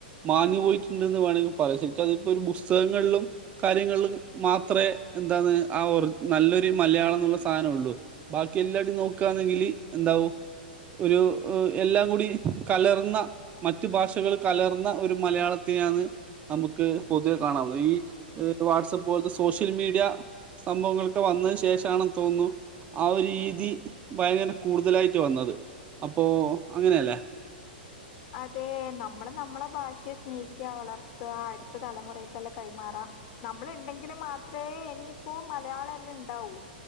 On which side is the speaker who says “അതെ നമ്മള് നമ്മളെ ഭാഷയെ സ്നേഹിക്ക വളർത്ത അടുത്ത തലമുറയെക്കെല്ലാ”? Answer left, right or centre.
Left